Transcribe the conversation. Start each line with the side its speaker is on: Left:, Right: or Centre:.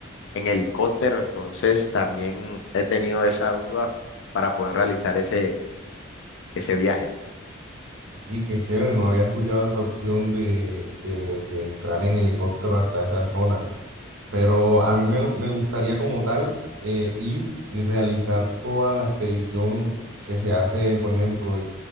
Left: en helicóptero, entonces también he tenido esa duda para poder realizar ese, ese viaje.
Right: Y qué chévere, no había escuchado esa opción de, de- de entrar en helicóptero hasta esa zona, pero a mí me, me gustaría como tal eh, ir y realizar toda la expedición que se hace, por ejemplo,